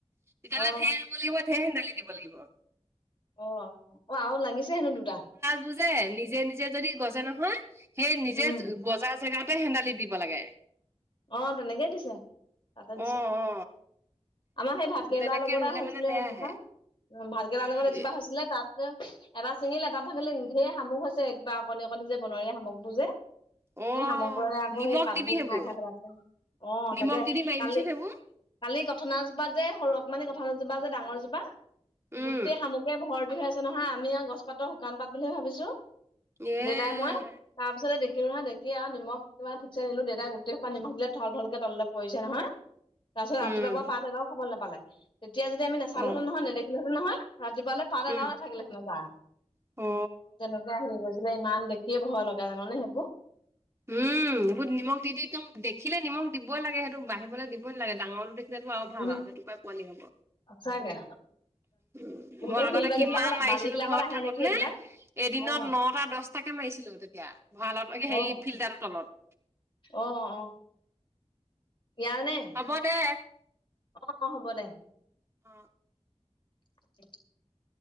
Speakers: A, on the right (about 25°); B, on the left (about 45°).
A: তেতিয়াহ'লে
B: অ
A: ধেৰ ধেৰ ৰুব লাগিব ধেৰ হেন্দালি দিব লাগিব।
B: অ অ আৰু লাগিছে হেনো দুটা।
A: আৰু নিজে নিজে যদি গজে নহয় সেই নিজেই
B: উম
A: গজা জেগাতে হেন্দালি দিব লাগে।
B: অ তেনেকেই দিছে। তাতেই দিছে
A: অ অ
B: আমাৰ সেই ভাতকেৰেলাৰ
A: বেলেগকে
B: লগতে
A: ৰুলে
B: হৈছিলে
A: মানে বেয়া
B: এজোপা।
A: আহে
B: উম ভাতকেৰেলাৰ
A: উম
B: লগত এজোপা হৈছিলে তাত ত এটা ছিঙিলে এটা থাকিলে ধেৰ শামুক হৈছে কিবা অকণি অকণি যে বনৰীয়া শামুক বোৰ যে।
A: অ
B: সেই শামুকবোৰে আকৌ
A: নিমখ
B: সেই পাতবোৰ
A: দিবি সেইবোৰ
B: খাই খাই পেলাইছে অ
A: নিমখ
B: তাকে
A: দি দি
B: কালি
A: মাৰিবিচোন সেইবোৰ
B: কালি কথনাজোপাত যে সৰু অকমানি কথনাজোপা যে ডাঙৰজোপা
A: উম
B: গোটেই শামুকে ভৰ্তি হৈ আছে নহয় আমি আও গছ পাতৰ শুকান পাত বুলিহে ভাবিছো।
A: এ
B: দেউতাই মই তাৰ পিছতে দেখিলো নহয় দেখি আৱ নিমখ ঠিকছে দিলো দেউতাই গোটেই পানী দিলে থল থলকে তলতে পৰিছে নহয় তাৰপিছত ৰাতিপুৱা
A: উম
B: পা পাত এটাও খাবলে নাপালে। তেতিয়া যদি আমি নেচালো
A: অ
B: হেতেন নহয় নেদেখিলোঁহেতেন নহয় ৰাতিপুৱালে পাত
A: উম
B: এটাও নাথাকিলেহেতেন তাত
A: অ
B: তেনেকে আহি গৈছিলে, ইমান দেখিয়ে ভয় লগা। জানানে সেইবোৰ?
A: উম, বহুত নিমখ দি দিওঁ একদম, দেখিলেই নিমখ দিবই লাগে, সেইটো বাঢ়িবলৈ দিবই নালাগে ডাঙৰটো দেখি সেটো আৰু ভাল
B: উম,
A: আও সেইটোৰ পৰাই পোৱালী হ'ব।
B: সঁচাকে
A: উম, মই
B: এই
A: আগতে
B: শিলবালি
A: কিমান
B: বিলাকত
A: মাৰিছিলো
B: বালি বিলাকত
A: ঘৰত
B: আহে
A: থাকোতে।
B: নেকি এইবিলাক
A: এদিনত
B: অ
A: নটা, দচটাকে মাৰিছিলো তেতিয়া ভঁৰাল
B: অ
A: হেৰি ফিল্টাৰটোৰ তলত।
B: অ অ। ইয়াৰ নে?
A: হ'ব দে।
B: অ অ হ'ব দে।
A: অ।
B: <unintelligible>